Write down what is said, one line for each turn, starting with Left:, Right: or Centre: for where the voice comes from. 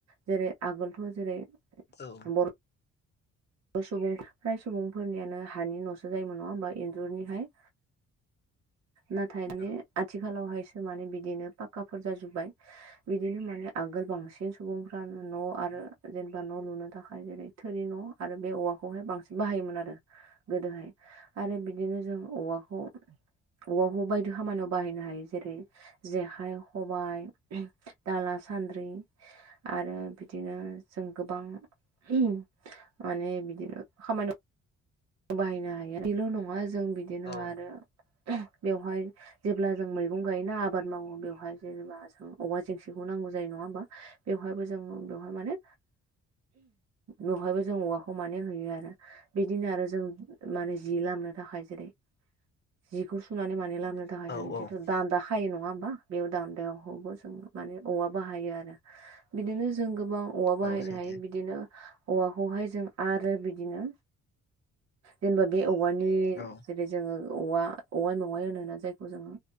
Right: जेरै आगोलथ' जेरै
Left: औ
Right: बर' सुबुं फ्राय सुबुंफोरनियानो हानि न'सो जायोमोन नङा होमबा इन्जुरनिहाय नाथाय
Left: औ
Right: आथिखालावहायसो माने बिदिनो पाक्काफोर जाजोब्बाय। बिदिनो माने आगोल बांसिन सुबुंफ्रानो न' आरो जेनेबा न' लुनो थाखाय जेरै थोरि न' आरो बे औवा खौहाय बांसिन बाहायोमोन आरो गोदोहाय आरो बिदिनो जों औवाखौ औवाखौ बायदि खामानियाव बाहायनो हायो जेरै जेखाय खबाय दाला सान्द्रि आरो बिदिनो जों गोबां माने बिदिनो खामानियाव बाहायनो हायो बेल' नङा जों बिदिनो
Left: औ
Right: आरो बेवहाय जेब्ला जों मैगं गायोना आबाद मावो बेवहाय जेनेबा जों औवा जेंसिखौ नांगौ जायो नङा होमबा बेवहायबो जों बेवहाय माने बेवहायबो जों औवाखौ मानि होयो आरो। बिदिनो आरो जों माने जि लामनो थाखाय जेरै जिखौ सुनानै माने लामनो थाखाय
Left: औ
Right: जों जिथु
Left: औ
Right: दान्दा खायो नङा होमबा बेयाव दान्दायाहवबो जों माने औवा बाहायो आरो। बिदिनो जों गोबां औवा बाहायनो
Left: औ सैथो
Right: हायो बिदिनो औवाखौहाय जों आरो बिदिनो जेनेबा बे औवानि
Left: औ
Right: जेरै जोङो औवा औवा मेवाय होनो ना जायखौ जोङो